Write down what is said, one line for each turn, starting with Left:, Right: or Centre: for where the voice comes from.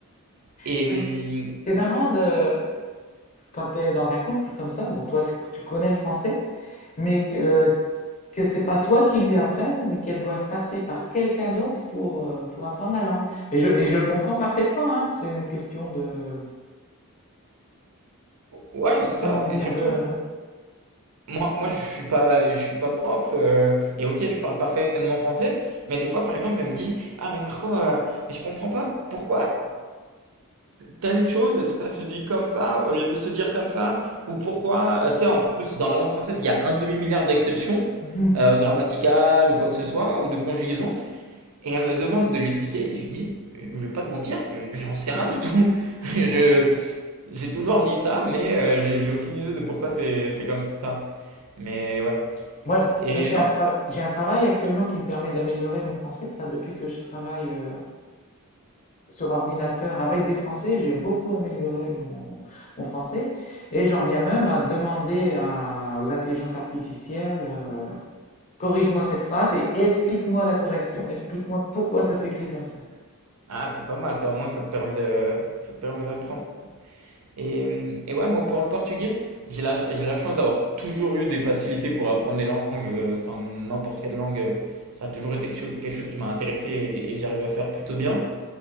Right: Et
Left: C'est,
Right: hum,
Left: c'est marrant de, quand tu es dans un couple comme ça, bon, toi, tu, tu connais le français, mais que, que c'est pas toi qui lui apprenne, mais qu'elles doivent passer par quelqu'un d'autre pour, euh, pour apprendre la langue. Et je, et je le comprends parfaitement, hein, c'est une question de,
Right: ouais, c'est
Left: comment
Right: ça.
Left: dire,
Right: Et surtout,
Left: de...
Right: moi, moi je suis pas, je suis pas prof. euh, et ok, je parle parfaitement français. Mais des fois, par exemple, elle me dit, Ah, mais Marco, euh, mais je comprends pas pourquoi telle chose, ça se dit comme ça, au lieu de se dire comme ça, ou pourquoi, euh, tu sais, en plus, dans la langue française, il y a un demi-milliard d'exceptions
Left: <laughs>
Right: euh, grammaticales ou quoi que ce soit, ou de conjugaison, et elle me demande de l'expliquer, et je lui dis, euh, je vais pas te mentir, euh, j'en sais rien du tout. <laughs> Je,
Left: Voilà.
Right: j'ai toujours dit ça, mais euh, j'ai j'ai aucune idée de pourquoi c'est c'est comme ça. Mais ouais.
Left: Moi,
Right: Et
Left: moi, j'ai
Right: non,
Left: un trava- j'ai un travail actuellement qui me permet d'améliorer mon français. Là, depuis que je travaille euh, sur ordinateur avec des Français, j'ai beaucoup amélioré mon, mon français. Et j'en viens même à demander à- aux intelligences artificielles euh, corrige-moi cette phrase et explique-moi la correction. Explique-moi pourquoi ça s'écrit comme ça.
Right: ah, c'est pas mal, ça au moins ça te permet de, ça te permet d'apprendre. Et, et ouais, moi, pour le portugais, j'ai la, ch- j'ai la chance d'avoir toujours eu des facilités pour apprendre les langues, euh, enfin, n'importe quelle langue. euh, Ça a toujours été quelque cho- quelque chose qui m'a intéressé et, et que j'arrive à faire plutôt bien.